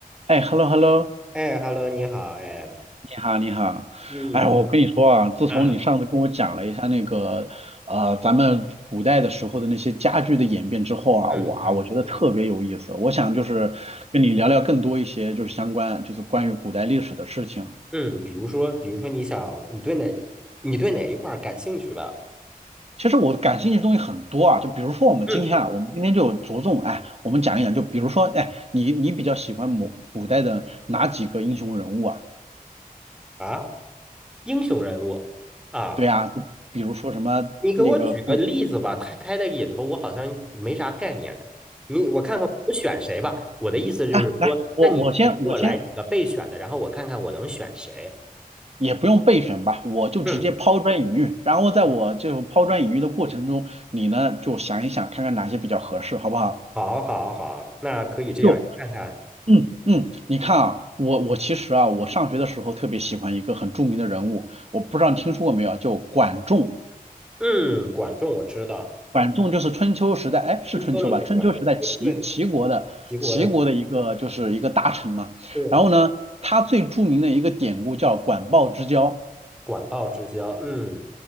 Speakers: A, on the right; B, in the centre.
A: 哎，hello hello，
B: 哎，Hello，你好，哎，
A: 你好你好，
B: 嗯
A: 哎，我跟你说啊，自从你上次跟我讲了一下那个呃咱们古代的时候的那些家具的演变之后啊，
B: 嗯嗯嗯嗯
A: 哇，我觉得特别有意思，我想就是跟你聊聊更多一些就是相关就是关于古代历史的事情。
B: 嗯，比如说，比如说，你想，你对哪，你对哪一块儿感兴趣吧？
A: 其实我感兴趣的东西很多啊，就比如说我们今天啊，
B: 嗯，
A: 我们今天就着重哎，我们讲一讲，就比如说哎，你你比较喜欢某古代的哪几个英雄人物啊？
B: 啊，英雄人物啊，
A: 对啊，就比如说什么那个不。
B: 你给我举个例子吧。他开的引头，我好像没啥概念。你，我看看我选谁吧。我的意思就是说，
A: 哎，来，我我先我先
B: 那你你给我来几个备选的，然后我看看我能选谁。
A: 也不用备选吧，我就直接抛砖引玉，
B: 嗯
A: 然后在我这种抛砖引玉的过程中，
B: 行
A: 你呢就想一想，看看哪些比较合适，好不好？
B: 好，好，好，那可以这样，
A: 就
B: 你看看，
A: 嗯嗯，你看啊，我我其实啊，我上学的时候特别喜欢一个很著名的人物，我不知道你听说过没有啊，就管仲。
B: 嗯，管仲我知道，
A: 管仲就是春秋时代，哎，是春秋吧？
B: 春秋那个管仲，
A: 春秋时代齐齐国的齐国的一个就是一个大臣嘛。
B: 对不对齐国的，对，
A: 然后呢，他最著名的一个典故叫管鲍之交。
B: 管鲍之交，嗯，